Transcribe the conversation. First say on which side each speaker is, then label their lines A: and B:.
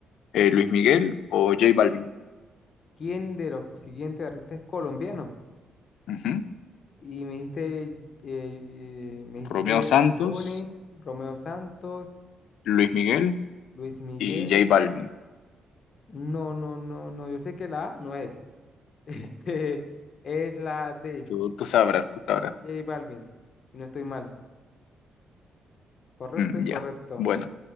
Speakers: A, on the left; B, on the left.
A: eh, Luis Miguel o J Balvin.
B: ¿Quién de los siguientes artistas es colombiano?
A: Ujú.
B: Y me dijiste, eh, eh, me dijiste
A: Romeo Santos,
B: Bad Bunny, Romeo Santos,
A: Luis Miguel
B: Luis Miguel.
A: y J Balvin.
B: No, no, no, no. Yo sé que la A no es. <laughs> Este es la D,
A: Tú, tú sabrás, tú sabrás.
B: J Balvin. Si no estoy mal. ¿Correcto,
A: Mm,
B: o incorrecto?
A: ya. Bueno,